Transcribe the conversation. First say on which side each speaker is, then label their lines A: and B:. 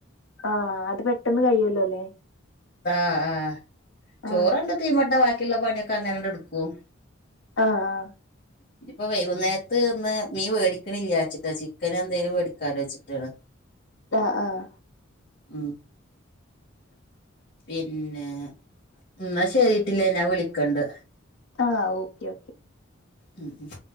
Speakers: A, on the left; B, on the left.
A: ആഹ് അത് പെട്ടെന്ന് കഴിയല്ലോല്ലേ
B: ആഹ് ആഹ് ചോറൊണ്ട്
A: ആഹ്
B: തീ മട്ടു ബാക്കിയൊള്ള പണിക്കെങ്ങനെ കൊടുക്കും.
A: ആഹ് ആഹ്
B: ഇനിപ്പൊ വൈകുന്നേരത്ത് ഇന്ന് മീ മേടിക്കണില്യാച്ചിട്ടാ ചിക്കെനെന്തേലും മേടിക്കാലോ വെച്ചിട്ടാണ്.
A: ആഹ് ആഹ്
B: ഉം പിന്നെ എന്നാ ശരിട്ടില്ലേ ഞാ വിളിക്കൊണ്ട്.
A: ആഹ് ഓക്കേ ഓക്കേ
B: ഉം ഉം